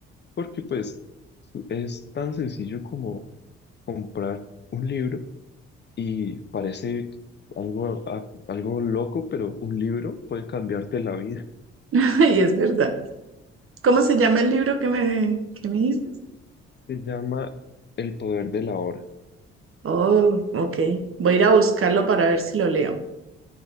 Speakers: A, on the left (about 35°); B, on the right (about 45°).
A: Porque pues su- es tan sencillo como comprar un libro y parece algo, a- algo loco, pero un libro puede cambiarte la vida.
B: <laughs> Y es verdad. ¿Cómo se llama el libro que me, que me dices?
A: Se llama El poder de la hora.
B: Oh, ok. Voy a ir a buscarlo para ver si lo leo.